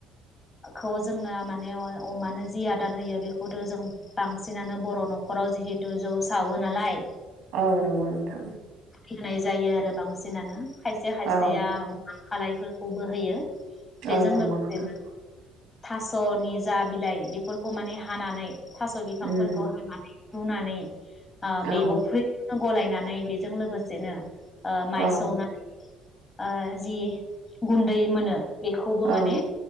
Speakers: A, on the left (about 20°); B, on the right (about 85°).
A: खौ जोंनो माने अमानो जि आदार होयो बेखौथ जों बांसिनानो बर' न'खराव जिहेथु जौ सावो नालाय
B: औ नंगौ नोंथा
A: फिनाय जायो आरो बांसिनानो खायसे खायसेया
B: औ
A: खालायफोरखौबो होयो बेजों
B: औ नंगौ
A: लोगोसे
B: नोंथां
A: थासनि जा बिलाइ बेफोरखौ माने हानानै थास बिफांफोरखौ
B: उम
A: हानानै रुनानै <inaudible> आ
B: औ
A: बे अफ्रिनो गलायनानै बेजों लोगोसेनो ओ माइ
B: औ
A: सौनानै ओ जि गुन्दै मोनो बेखौबो
B: औ
A: माने